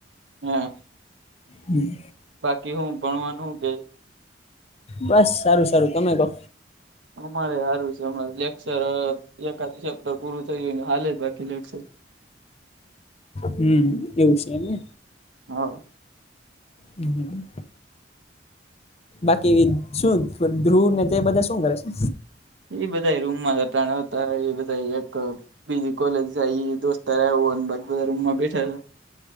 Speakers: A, on the right; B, on the left.
A: હા.
B: હમ્મ.
A: બાકી હું ભણવાનું હું કે?
B: બસ સારું સારું તમે કો.
A: અમારે હારું છે, હમણાં લેક્ચર એકાદ ચેપ્ટર પૂરું થયું હાલે જ બાકી લેક્ચર.
B: હમ્મ, એવું છે એમને.
A: હા.
B: હમ્મ. બાકી શું, ધ્રુવ ને તે બધા શું કરે છે?
A: એ બધા રૂમ માતા ટાણાતા, એ બધા એક બીજી કોલેજ જાઈ ઈ દોસ્ત ત્યારે ઓન, બાકી બધા રૂમ માં બેઠા છે.